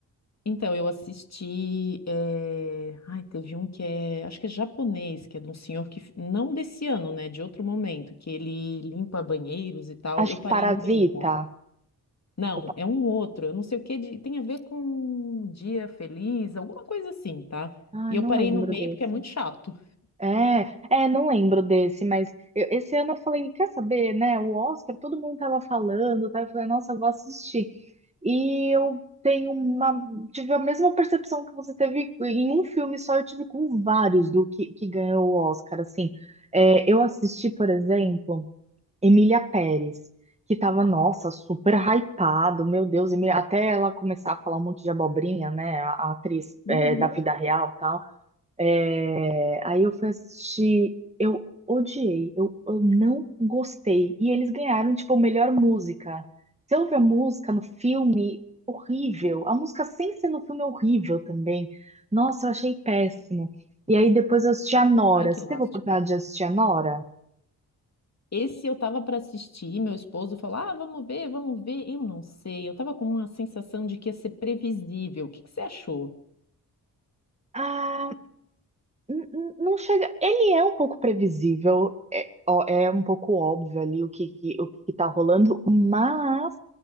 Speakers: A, on the left (about 40°); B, on the right (about 15°).
A: Então, eu assisti. eh, Ai, teve um que é. Acho que é japonês, que é de um senhor que. f- Não desse ano, né? De outro momento, que ele limpa banheiros e tal.
B: Acho
A: Eu
B: que
A: parei
B: Parasita.
A: no meio, tá? Não,
B: Ou
A: é um outro. Eu não sei o que. de- Tem a ver com um dia feliz, alguma coisa assim, tá?
B: Ai,
A: E eu
B: não
A: parei
B: lembro
A: no meio
B: desse.
A: porque é muito chato.
B: É, é, não lembro desse, mas eu- esse ano eu falei, quer saber, né? O Oscar, todo mundo tava falando, tá? Eu falei, nossa, eu vou assistir. E eu tenho uma, tive a mesma percepção que você teve em um filme só, eu tive com vários do que, que ganhou o Oscar, assim. É, eu assisti, por exemplo. Emília Pérez, que tava, nossa, super hypado, meu Deus, Emília- até ela começar a falar um monte de abobrinha, né, a, a atriz
A: Uhum.
B: é, da vida real e tal. É, aí eu fui assistir, eu odiei, eu, eu não gostei. E eles ganharam, tipo, melhor música. Você ouve a música no filme, horrível. A música sem ser no filme é horrível também. Nossa, eu achei péssimo. E aí depois eu assisti a Nora.
A: Ai, que
B: Você
A: lástima.
B: teve a oportunidade de assistir a Nora?
A: Esse eu tava para assistir, meu esposo falou: Ah, vamos ver, vamos ver. Eu não sei. Eu tava com uma sensação de que ia ser previsível. O que que você achou?
B: Ah, N- n- Não chega. Ele é um pouco previsível, é, ó, é um pouco óbvio ali o que, que- o que que tá rolando, mas